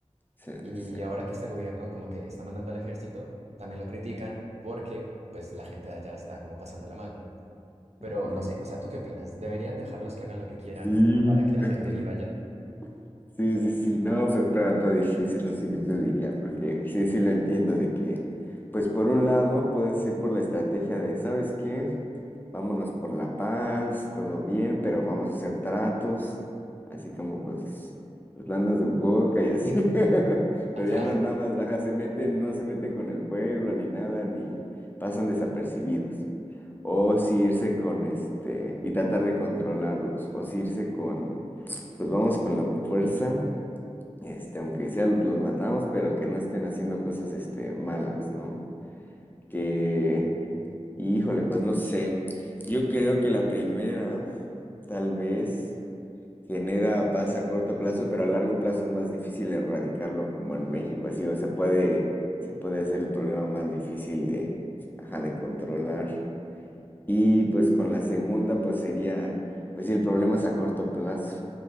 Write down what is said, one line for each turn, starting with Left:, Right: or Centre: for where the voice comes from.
Left: sí,
Right: Y
Left: sí, sí,
Right: ahora que este gobierno como que está mandando al ejército, también lo critican porque pues la gente de allá está como pasándola mal. Pero
Left: ujú.
Right: no sé, o sea, ¿tú qué opinas? ¿Deberían dejarlos que hagan lo que quieran
Left: Sí. <laughs>
Right: para que la gente viva allá?
Left: Sí, sí, sí, no, pues está, está difícil, no sé qué te diría, porque sí, sí lo entiendo de que, pues por un lado puedes ir por la estrategia de, ¿sabes qué? Vámonos por la paz, todo bien, pero vamos a hacer tratos, así como pues los landas de coca y así, <laughs>
Right: Ajá,
Left: pero ya no
Right: <laughs>
Left: nada más, ajá, se meten, no se meten con el pueblo ni nada, ni pasan desapercibidos, o si irse con este, y tratar de controlarlos, o si irse con... Pues vamos con la fuerza, este, aunque sea los los matamos, pero que no estén haciendo cosas, este, malas, ¿no? Que, híjole, pues no sé. Yo creo que la primera, tal vez, genera paz a corto plazo, pero a largo plazo es más difícil erradicarlo como en México, así, o se puede, se puede hacer el problema más difícil de, ajá, de controlar. Y pues con la segunda, pues sería, pues si el problema es a corto plazo.